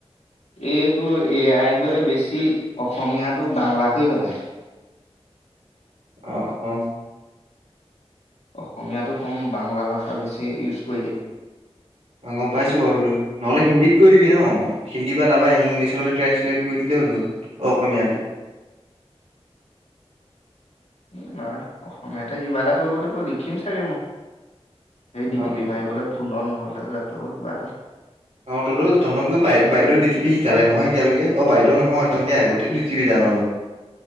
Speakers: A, on the left (about 85°); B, on the right (about 90°).
A: এইটো এ আইবোৰে বেছি অসমীয়াটো বাংলা কৰি পেলায়।
B: অ', অ'।
A: অসমীয়াটো ক'ম বাংলা ভাষা বেছি ইউজ কৰি দিয়ে।
B: অ' গ'ম পাইছো বাৰু সেইটো নহ'লে হিন্দীত কৈ দিবি ন। হিন্দীৰ পৰা তাৰ পৰা ইংলিছলৈ ট্ৰেঞ্চলেট কৰি দিলে হ'ল ন অসমীয়ালৈ।
A: উম, না অসমীয়াতে কিবা এটা কৰিব লাগিব লিখিম চাগে মই। সেই ডি
B: অ
A: টি পি মাৰিবলৈ
B: অ
A: ফোন হ'লে লেপটপৰ কিবা এটা।
B: অ' তঁত বাই বাইদেওয়ে ডি টি পি শিকালে নহয় এতিয়ালৈকে অ' বাইদেউ নহয় তহঁতি আগতে ডি টি পি জান।